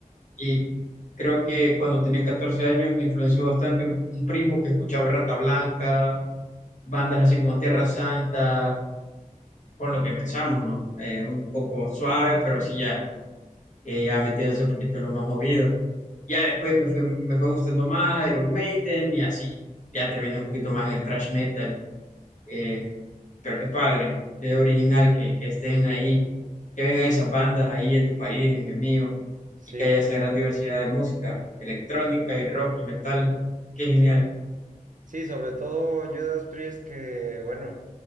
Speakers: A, on the left; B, on the right.
A: Y creo que cuando tenía 14 años me influenció bastante un, un primo que escuchaba Rata Blanca, bandas así como Tierra Santa, con lo que empezamos, ¿no? Eh, un poco suave, pero así ya, eh, ya metiéndose un poquito en lo más movido. Ya después me fue, me fue gustando más Iron Maiden y así. Ya terminé un poquito más en el thrash metal. Eh, pero qué padre, qué original que, que estén ahí, que vengan esas bandas ahí en tu país, en el mío,
B: Sí,
A: y que haya esa gran diversidad de música electrónica y rock y metal.
B: Sí,
A: Qué genial.
B: Sí, sobre todo Judas Priest, que bueno,